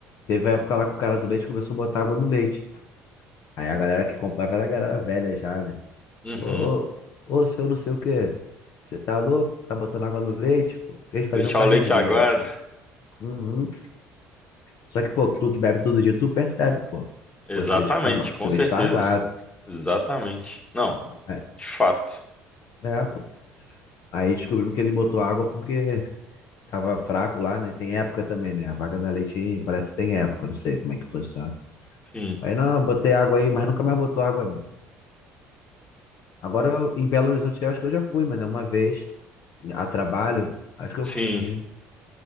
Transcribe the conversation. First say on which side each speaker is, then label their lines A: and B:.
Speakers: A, on the left (about 60°); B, on the left (about 20°).
A: Teve a época lá que o cara do leite começou a botar água no leite. Aí a galera que comprava era a galera velha já, né?
B: Uhum.
A: Ô, ô, seu não sei o quê. Você tá louco? Tá botando água no leite, pô. Eles faziam
B: Deixar
A: pra
B: o leite
A: render,
B: aguado.
A: né? Uhum. Só que, pô, tu que bebe todo dia, tu percebe, pô.
B: Exatamente,
A: Pô, esse leite tá, ma- esse
B: com
A: leite
B: certeza.
A: tá aguado.
B: Exatamente. Não,
A: É,
B: de fato.
A: é, pô. Aí descobrimos que ele botou água porque Tava fraco lá, né? Tem época também, né? A vaca da leite parece que tem época, não sei como é que funciona.
B: Sim,
A: Aí não, eu botei água aí, mas nunca mais botou água, não. Agora eu- em Belo Horizonte eu acho que eu já fui, mano, uma vez a trabalho, acho que eu
B: sim.
A: fui sim.